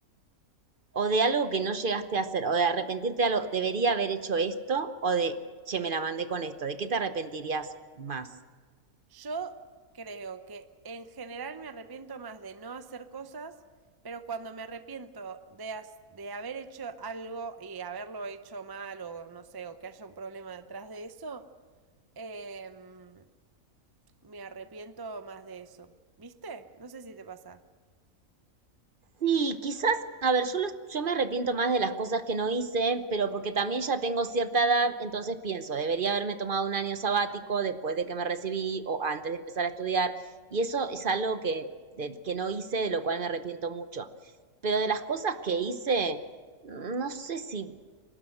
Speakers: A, on the right; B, on the right.
A: ¿O de algo que no llegaste a hacer? ¿O de arrepentirte de algo, debería haber hecho esto? ¿O de, che, me la mandé con esto? ¿De qué te arrepentirías más?
B: Yo creo que en general me arrepiento más de no hacer cosas, pero cuando me arrepiento de, has- de haber hecho algo y haberlo hecho mal o no sé, o que haya un problema detrás de eso, em, me arrepiento más de eso. ¿Viste? No sé si te pasa.
A: Sí, quizás, a ver, yo, los- yo me arrepiento más de las cosas que no hice, pero porque también ya tengo cierta edad, entonces pienso, debería haberme tomado un año sabático después de que me recibí o antes de empezar a estudiar, y eso es algo que, del que no hice, de lo cual me arrepiento mucho. Pero de las cosas que hice, no sé si,